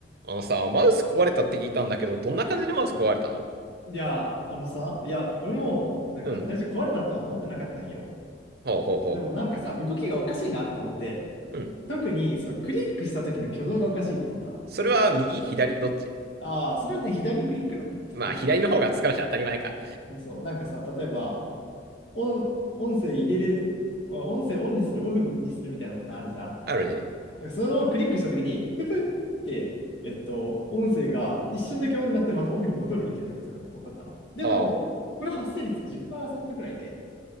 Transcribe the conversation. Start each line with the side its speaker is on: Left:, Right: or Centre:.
Right: あのさ、マウス壊れたって聞いたんだけど、どんな感じでマウス壊れたの
Left: いや、あのさ、いや、俺も、なんか最初壊れたとは思ってなかったんよ。
Right: うん。ほうほうほ
Left: でもなんかさ、動きがおかしいなと思って、
Right: う。うん。
Left: 特にそのクリックした時の挙動がおかしいと思ったの。
Right: それは右左どっち
Left: ああ、それはね、左クリックだね。普通のクリック。
Right: まあ、左の方が疲れし当たり前か。
Left: そうそう、なんかさ、例えば、音、音声入れる、音声オンにする、オフにするみたいなボタンあるじゃん。
Right: あるね。
Left: なんかそれをクリックした時に、ププって、えっと、音声が一瞬だけオンになってまたオフに戻るみたいなことが起こったの。でも、
Right: ああ。
Left: これ発生率10%くらいで、